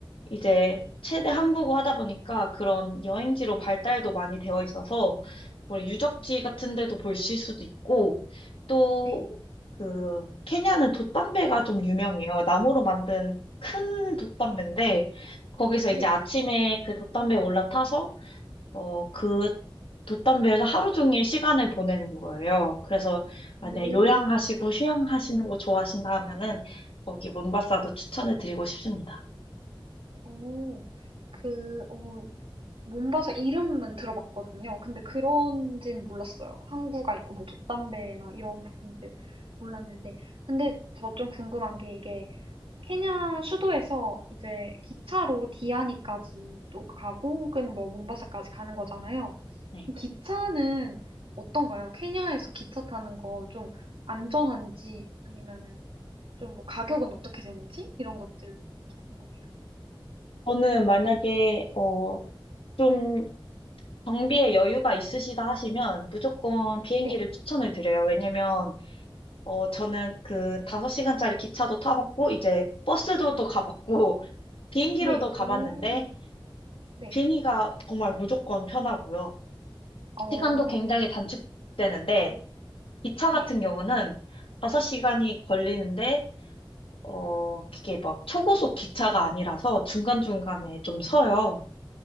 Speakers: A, on the left; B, on the right.
A: 이제 최대 한국어 하다 보니까 그런 여행지로 발달도 많이 되어 있어서 뭐 유적지
B: 어,
A: 같은 데도 볼 수 있을 수도 있고 또
B: 네.
A: 그 케냐는 돛담배가 좀 유명해요. 나무로 만든 큰 돛담배인데
B: 오,
A: 거기서 이제
B: 네.
A: 아침에 그 돛담배에 올라타서 어 그 돛담배에서 하루 종일 시간을 보내는 거예요. 그래서 만약
B: 오,
A: 요양하시고 휴양하시는 거 좋아하신다 하면은 거기 몬바사도 추천을 드리고 싶습니다.
B: 오. 그, 어, 몸바사 이름은 들어봤거든요. 근데 그런지는 몰랐어요. 항구가 있고 뭐 돛담배나 이런 부분들 몰랐는데. 근데 저 좀 궁금한 게 이게 케냐 수도에서 이제 기차로 디아니까지 또 가고 혹은 뭐 몸바사까지 가는 거잖아요.
A: 네.
B: 기차는 어떤가요? 케냐에서 기차 타는 거 좀 안전한지 아니면은 좀 뭐 가격은 어떻게 되는지 이런 것들 궁금해요.
A: 저는 만약에 어, 좀 경비에 여유가 있으시다 하시면 무조건 비행기를
B: 네,
A: 추천을 드려요. 왜냐면 어, 저는 그 5시간짜리 기차도 타봤고 이제 버스도 또 가봤고 비행기로도
B: 네,
A: 가봤는데
B: 오, 네,
A: 비행기가 정말 무조건 편하고요.
B: 어.
A: 시간도 굉장히 단축되는데 기차
B: 네.
A: 같은 경우는 5시간이 걸리는데 어, 그게 막 초고속 기차가 아니라서 중간중간에 좀 서요.